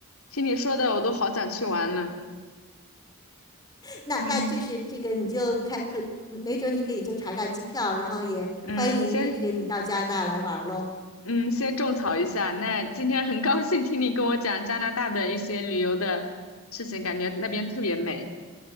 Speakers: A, on the left; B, on the left.
A: 听你说的我都好想去玩了。
B: 那那就是这个，
A: 嗯
B: 你就开可没准你可以就查查机票，然后也欢迎这个你到加拿大来玩喽。
A: 嗯，先嗯先种草一下。那今天很高兴听你跟我讲加拿大的一些旅游的事情，感觉那边特别美。